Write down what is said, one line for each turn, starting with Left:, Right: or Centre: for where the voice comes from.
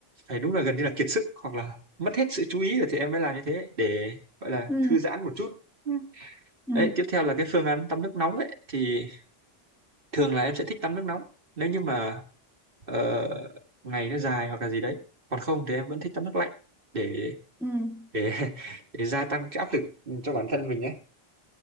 Right: phải đúng là gần như là kiệt sức hoặc là mất hết sự chú ý rồi thì em mới làm như thế để gọi là
Centre: ừ
Right: thư giãn một chút Ừ.
Centre: ừ
Right: đấy tiếp theo là cái phương án tắm nước nóng ấy thì thường là em sẽ thích tắm nước nóng nếu như mà ờ, ngày nó dài hoặc là gì đấy còn không thì em vẫn thích tắm nước lạnh để
Centre: ừ
Right: để <laughs> để gia tăng cái áp lực cho bản thân mình ấy